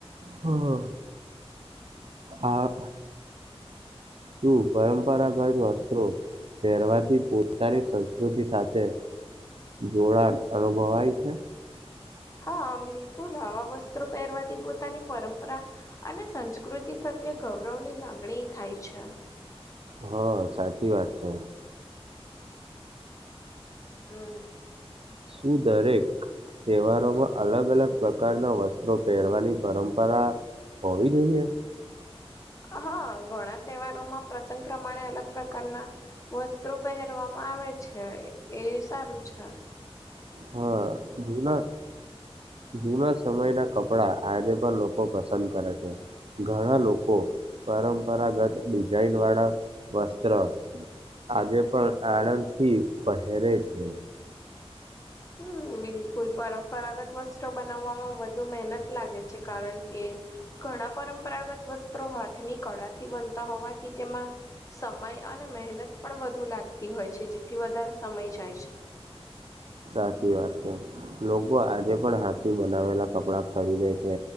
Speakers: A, on the right; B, on the left.
A: હમ, આ શું, પરંપરાગત વસ્ત્રો પહેરવાથી પોતાની સં પ્રકૃતિ સાથે જોડાણ અનુભવાય છે
B: હા, બિલકુલ આવા વસ્ત્રો પહેરવાથી પોતાની પરંપરા અને સંસ્કૃતિ પ્ર તો ગૌરવની લાગણી થાય છે
A: હા સાચી વાત છે
B: હમ
A: શું દરેક તહેવારોમાં અલગ અલગ પ્રકારના વસ્ત્રો પહેરવાની પરંપરા હોવી જોઈએ?
B: હા ઘણા તહેવારોમાં પ્રસંગ પ્રમાણે અલગ પ્રકારના વસ્તુ સ્ત્રોપહેરવામાં આવે છે, એ સારું છે
A: હા બીજ <unintelligible> ના
B: હ
A: જૂના સમયના કપડા આજે પણ લોકો પસંદ કરે છે, ઘણા લોકો પરંપરાગત ડિઝાઇન વાળા વસ્ત્ર આજે પણ આનંદ થી પહેરે છે
B: હ બિલકુલ પરંપરાગત વસ્ત્રો બનાવવામાં વધુ મહેનત લાગે છે કારણ કે ઘણા પરંપરાગત વસ્તુ હાથની કળાથી બનતા હોવાથી તેમાં સમય અને મહેનત પણ વધુ લાગતી હોય હોય છે, જેથી વધારે સમય જાય છે
A: હાચી વાત છે લોકો આજે પણ હાથથી બનાવેલા કપડા ખરીદે છે